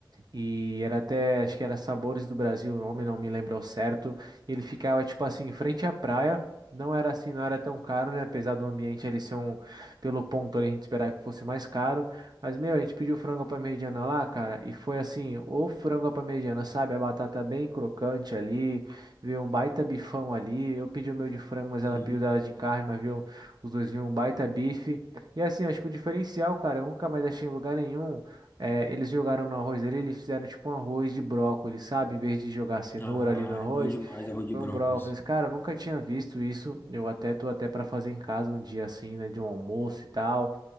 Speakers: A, on the right (about 55°); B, on the left (about 25°).
A: E era até, acho que era Sabores do Brasil, o nome não me lembro ao certo. E ele ficava, tipo assim, em frente à praia. Não era assim, não era tão caro, né? Apesar do ambiente ali ser um, pelo ponto ali, a gente esperava que fosse mais caro. Mas, meu, a gente pediu frango à parmegiana lá, cara, e foi assim, o frango à parmegiana, sabe? A batata bem crocante ali, veio um baita bifão ali. Eu pedi o meu de frango, mas
B: sim
A: ela pediu dela de carne, mas viu os dois vinham um baita bife. E assim, acho que o diferencial, cara, eu nunca mais achei em lugar nenhum. é, eles jogaram no arroz ali, eles fizeram tipo um arroz de brócolis, sabe? Em vez de jogar cenoura
B: Ah,
A: ali no arroz,
B: é bom demais arroz de
A: foi
B: brócolis.
A: um brócolis. Cara, eu nunca tinha visto isso. Eu até tô até pra fazer em casa um dia assim, né? De um almoço e tal